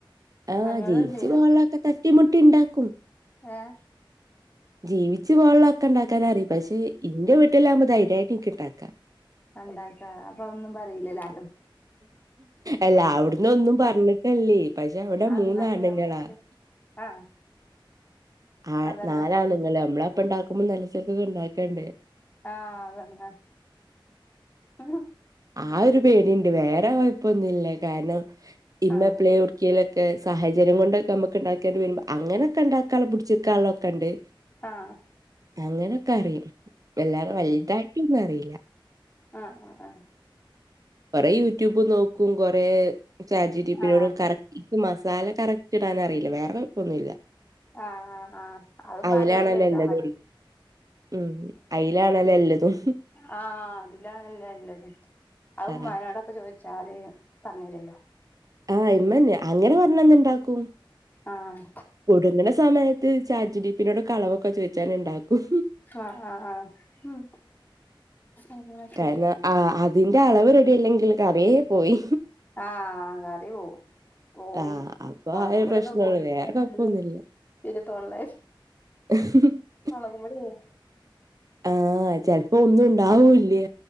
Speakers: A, on the right; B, on the left.
A: ആഹ്
B: പണികള്
A: ജീവിച്ചു
B: ചെയ്യോ
A: പോവാള്ളൊക്കെ തട്ടിമുട്ടി ഇണ്ടാക്കും
B: ഏഹ്
A: ജീവിച്ച് പോകാള്ള ഒക്കെ ഉണ്ടാക്കാൻറിയ പക്ഷെ ഇന്റെ വീട്ടിലാവുമ്പോ ധൈര്യയിട്ട് ഇൻക്ക് ഇണ്ടാക്കാ
B: ഒണ്ടാക്ക അപ്പൊ ഒന്നും പറയില്ലല്ലോ ലാരും
A: അല്ല അവിടന്ന് ഒന്നും പറഞ്ഞിട്ടല്ലേ പക്ഷെ അവിടെ
B: ആ
A: മൂന്നാണുങ്ങളാണ്
B: എന്നാല് ഞാൻ പഠിച്ച് ആഹ്
A: ആ
B: അതന്നെ
A: നാലാണ്ങ്ങള് അമ്മള് അപ്പ ഇണ്ടാക്കുമ്പോ നല്ലച്ചേൽക്കൊക്കെ ഇണ്ടാക്കണ്ടേ
B: ആഹ് <unintelligible>
A: ആ ഒരു പേടിയുണ്ട് വേറെ കൊഴപ്പൊന്നുല്ല കാരണം ഇമ്മപ്ലേ
B: ആഹ്
A: ഒവ്ട്ക്കേലൊക്കെ സാഹചര്യം കൊണ്ട് നമുക്ക് ഉണ്ടാക്കേണ്ടി വരുമ്പോ അങ്ങനെയൊക്കെ ഉണ്ടാക്കാനുള്ള പിടിച്ചിക്കാള്ളക്കെ ഉണ്ട്
B: ആഹ്
A: അങ്ങനൊക്കെ അറിയും അല്ലാതെ വലുതായിട്ടൊന്നും അറിയില്ല
B: ആഹ ആഹ് ആഹ്
A: കൊറെ യൂട്യൂബ് നോക്കും കൊറേ ചാറ്റ്ജിറ്റിപ്പിനോട്‌
B: ആഹ്
A: കറ ഇനിക്ക് മസാല കറക്റ്റ് ഇടാൻ അറിയില്ല വേറെ കുഴപ്പൊന്നുല്ല
B: ആഹ് ആ് ആഹ് അതും ഇമ്മാരോട്
A: അയിലാണല്ലോ
B: ചോദിച്ചാ
A: എല്ലതും
B: മതി
A: ഉം ആയിലാണല്ലോ എല്ലതും
B: ആഹ് അതിലാണല്ലെ ഇള്ളത് അത് ഉമ്മാനോടൊക്കെ
A: ആഹ്
B: ചോയി ചാല് പറഞ്ഞരല്ലോ
A: ആഹ് ഇമ്മന്നെ അങ്ങനെ പറഞ്ഞന്ന ഇണ്ടാക്കും
B: ആഹ്
A: കുടുങ്ങണ സമയത്ത് ചാജ് ഡിപ്പിനോട് കളവൊക്കെ ചോയി ഉണ്ടാക്കും
B: ആഹ് ആഹ് ആഹ് ഉം അങ്ങനൊക്കെ
A: തേങ്ങ ആഹ് അതിന്റെ അളവ് റെഡി അല്ലെങ്കിൽ കറിയേ പോയി
B: ആഹ് കറി പോവും കോയി
A: ആഹ് അപ്പൊ
B: മൊളകുംപൊടിയൊക്കെ
A: ആ ഒരു പ്രശ്നൊള്ളു
B: കൂടിട്ട്
A: വേറെ
B: ഉണ്ടെങ്കിൽ
A: കൊഴപ്പൊന്നുല്ല
B: പിന്നെ തൊള്ളേല്
A: <unintelligible>
B: മൊളകും പൊടിയെ
A: ആഹ് ചെലപ്പോ ഒന്നും ഉണ്ടാവൂല്ല്യ